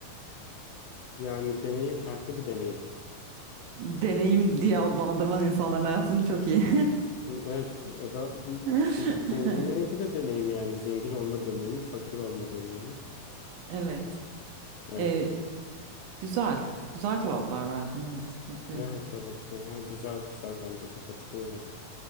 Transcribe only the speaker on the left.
Yani deneyim farklı bir deneyim.
Evet, o da bir,
bizim zenginlerinki de deneyimi yani zengin olma deneyimi, fakir olma deneyimi.
Evet.
Evet evet. Hı hı. Güzel güzel bence de katılıyorum.